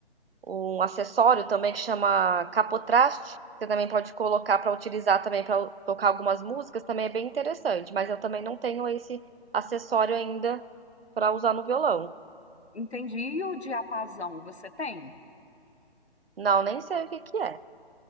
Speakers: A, on the right; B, on the left.
A: um acessório também que chama capotraste. Você também pode colocar para utilizar também para tocar algumas músicas. Também é bem interessante. Mas eu também não tenho esse acessório ainda para usar no violão.
B: Entendi. E o diapasão você tem?
A: Não, nem sei o que que é.